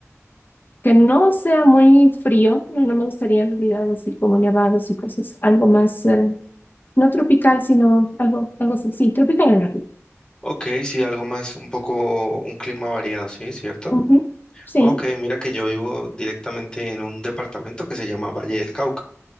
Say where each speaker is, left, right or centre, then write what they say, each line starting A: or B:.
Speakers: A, on the left (about 40°); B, on the left (about 20°).
A: que no sea muy frío, no, no me gustaría en realidad así como nevados y cosas, algo más, eh, no tropical, sino algo, algo así, sí, tropical en realidad.
B: Ok, sí, algo más, un poco, un clima variado, ¿sí? ¿Cierto?
A: Ujú, Sí,
B: Ok, mira que yo vivo directamente en un departamento que se llama Valle del Cauca,